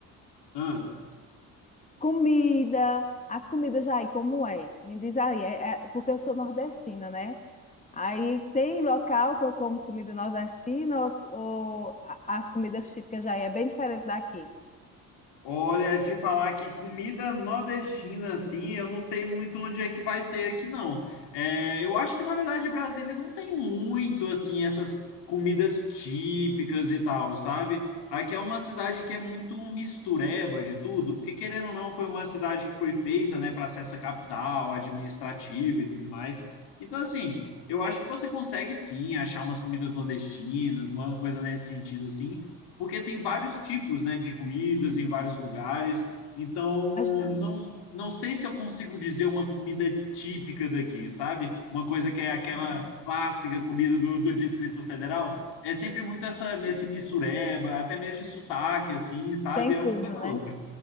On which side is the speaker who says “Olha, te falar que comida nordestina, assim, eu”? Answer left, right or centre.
Left